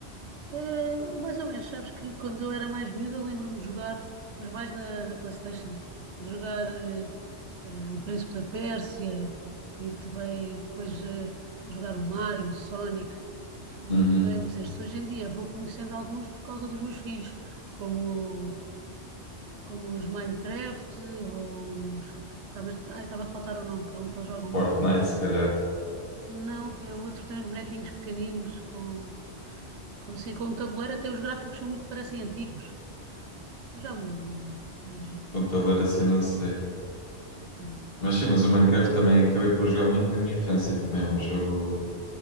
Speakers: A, on the right; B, on the left.
A: Uh, mais ou menos, sabes que quando eu era mais miúdo eu lembro-me de jogar, mas mais na, na PlayStation, de jogar uh, uh, o Príncipe da Pérsia e também depois uh, jogar o Mario, o Sonic, uh,
B: Uhum.
A: joguei muitos estes. Hoje em dia vou conhecendo alguns por causa dos meus filhos, como, como os Minecraft, ou os... Estava, ai, estava a faltar o nome, que há um que eles jogam
B: Fortnite,
A: muito agora.
B: se calhar.
A: Não, é o outro que tem os bonequinhos pequeninos com, com, assim, com um tabuleiro, até os gráficos são muito, parecem antigos. já me lembro do nome, mas.
B: Computador assim, não sei.
A: hum,
B: Mas sim, mas o Minecraft também acabei por jogar muito na minha infância. Também é um jogo